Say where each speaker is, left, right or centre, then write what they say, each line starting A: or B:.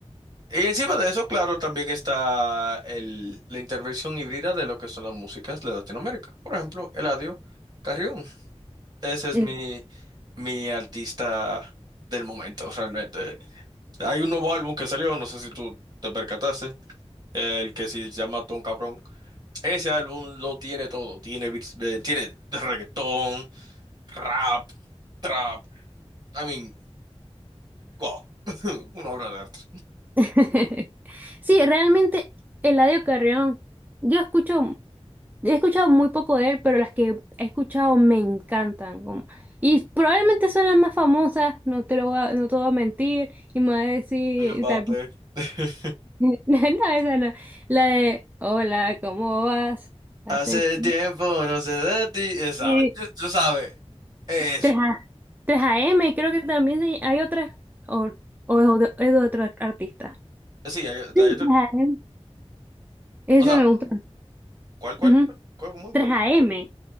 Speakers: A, on the right (about 40°); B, on the right (about 15°).
A: Y encima de eso, claro, también está el- la intervención híbrida de lo que son las músicas de Latinoamérica. Por ejemplo, Eladio Carrión. Ese es
B: El-
A: mi, mi artista del momento, realmente. Hay un nuevo álbum que salió, no sé si tú te percataste, el que se llama Ton Cabrón. Ese álbum lo tiene todo. Tiene, beats- eh, tiene reggaetón, rap, trap. I mean, wow. <laughs> Una obra de arte.
B: <laughs> Sí, realmente Eladio Carrión, yo escucho, he escuchado muy poco de él, pero las que he escuchado me encantan. como- y probablemente son las más famosas, no te lo voy a, no te voy a mentir, y me va a decir,
A: Mbappé.
B: y tal.
A: <laughs>
B: <laughs> No, esa no. La de, hola, ¿cómo vas? Hace...
A: Hace tiempo, no sé de ti. Esa,
B: Sí.
A: tú tú sabes. Eso.
B: tres a 3AM, creo que también se- hay otra, o, o es de, es de otro artista.
A: Sí, hay,
B: Sí,
A: hay
B: 3AM.
A: otro.
B: Esa
A: O sea,
B: me gusta.
A: ¿cuál, cuál?
B: Ujú.
A: ¿Cuál, cuál, cómo,
B: 3AM.
A: cuál?